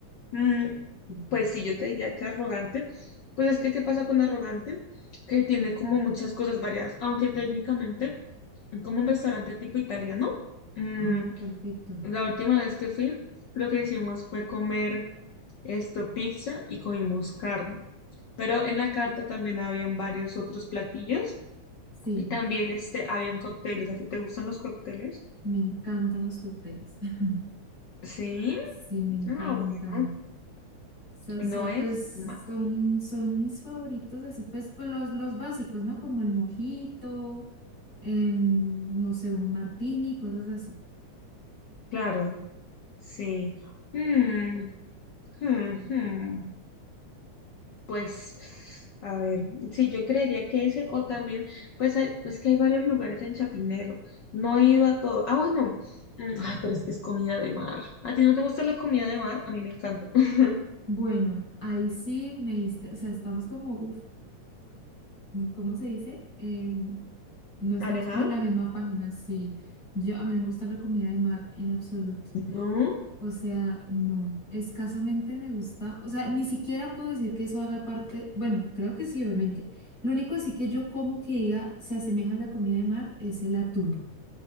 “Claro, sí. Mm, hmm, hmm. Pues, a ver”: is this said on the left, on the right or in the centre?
Left